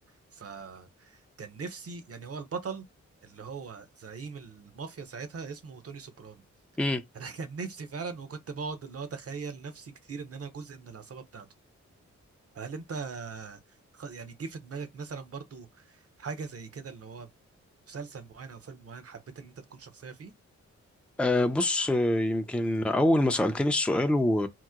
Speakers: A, on the right (about 55°); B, in the centre.
A: فكان نفسي يعني هو البطل اللي هو زعيم المافيا ساعتها اسمه توني سوبرانو
B: مم.
A: <laughs> انا كان نفسي فعلا وكنت بقعد اللي هو اتخيل نفسي كتير ان انا جزء من العصابة بتاعته فهل انت خ- يعني جه في دماغك مثلا برضو حاجة زي كده اللي هو مسلسل معين او فيلم معين حبيت ان انت تكون شخصية فيه
B: أه بص آه، يمكن أول ما سألتني السؤال و-